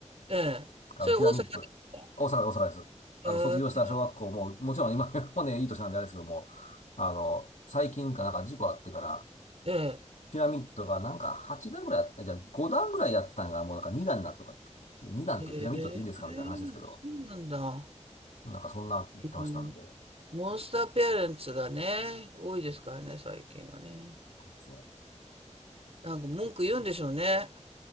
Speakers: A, on the right; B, on the left.
A: ええ。
B: あの、
A: それ大阪ですか
B: ピラミッド、大阪、大阪です。あの、
A: え
B: 卒業した小学校も、もちろん今 <laughs> もね、いい年なんであれですけども、あの、最近かなんか事故あってから、
A: え、え
B: ピラミッドがなんか8段ぐらいあった、じゃあ5段ぐらいやってたんがもうなんか2段になったとか言って、2段ってピラミッドって言うんですかみたいな話ですけど、
A: え、へえ、そうなんだ。
B: なんかそんな言ってましたんで、
A: うん
B: で
A: モンスターペアレンツがね、多いですからね、最近はね。
B: すね。
A: なんか文句言うんでしょうね。